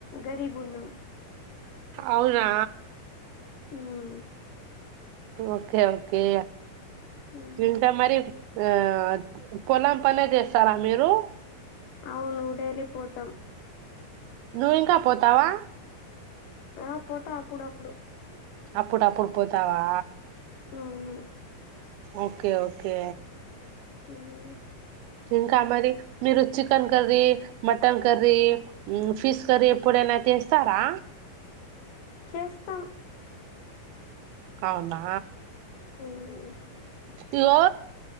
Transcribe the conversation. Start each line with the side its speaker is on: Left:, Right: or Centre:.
Left: గరీబున్నాం
Right: అవునా
Left: ఉమ్
Right: ఓకే ఓకే
Left: మ్మ్
Right: ఇంకా మరి ఆ పొలం పనే చేస్తారా మీరు
Left: అవును డైలీ పోతాం
Right: నువ్వు ఇంకా పోతావా
Left: ఆ పోతా అప్పుడప్పుడు
Right: అప్పుడప్పుడు పోతావా
Left: ఉహూ
Right: ఓకే ఓకే
Left: ఉమ్
Right: ఇంకా మరి మీరు చికెన్ కర్రీ మటన్ కర్రీ ఉమ్ ఫిష్ కర్రీ ఎప్పుడై నా చేస్తారా
Left: చేస్తాం
Right: అవునా
Left: ఉమ్
Right: ఇగో